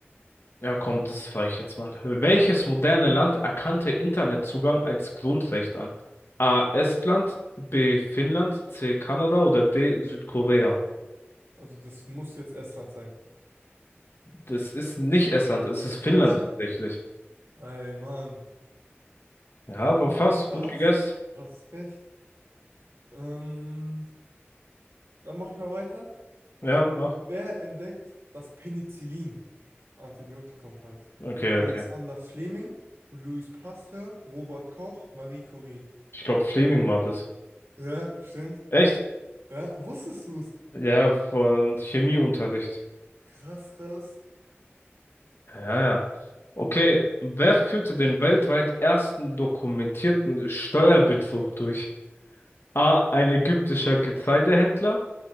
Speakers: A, on the left (about 60°); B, on the right (about 75°).
A: Ja, komm, das frage ich jetzt mal. Welches moderne Land erkannte Internetzugang als Grundrecht an? A. Estland,
B: Boah.
A: B. Finnland, C. Kanada oder D. Südkorea?
B: Also das muss jetzt Estland sein.
A: Das ist nicht Estland, es ist Finnland
B: Was?
A: tatsächlich.
B: Ey, Mann.
A: Ja, aber fast
B: Oh, krass.
A: gut gegessen.
B: Hast recht. Ähm, dann mache ich mal weiter.
A: Ja, mach.
B: Wer entdeckt das Penicillin? Antibiotikum halt.
A: Okay,
B: Alexander
A: okay.
B: Fleming, Louis Pasteur, Robert Koch, Marie Curie.
A: Ich glaube, Fleming war das.
B: Ja, stimmt.
A: Echt?
B: Ja, wusstest du es?
A: Ja, von Chemieunterricht.
B: Krass, krass.
A: Ja, ja. Okay, wer führte den weltweit ersten dokumentierten Steuerbetrug durch? A. Ein ägyptischer Getreidehändler.